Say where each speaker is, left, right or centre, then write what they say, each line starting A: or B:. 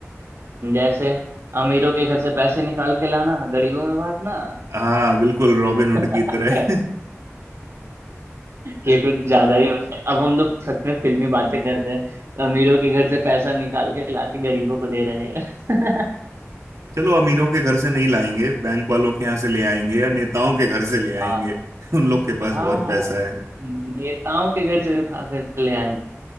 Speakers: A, on the right; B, on the right.
A: जैसे अमीरों के घर से पैसे निकाल के लाना गरीबों में बांटना
B: हाँ बिल्कुल रॉबिन हुड
A: <laughs>
B: की तरह
A: ये कुछ
B: <laughs>
A: ज्यादा ही हो जाए अब हम लोग सच में फिल्मी बातें कर रहे हैं अमीरों के घर से पैसा निकाल के लाके गरीबों को दे रहे हैं
B: चलो अमीरों के घर से नहीं लाएंगे बैंक वालों के यहाँ से ले आएंगे या नेताओं के घर से
A: <laughs>
B: ले आएंगे
A: हाँ
B: <laughs> उन लोग के पास
A: हाँ
B: बहुत पैसा है
A: नेताओं के घर से उठा कर ले आएंगे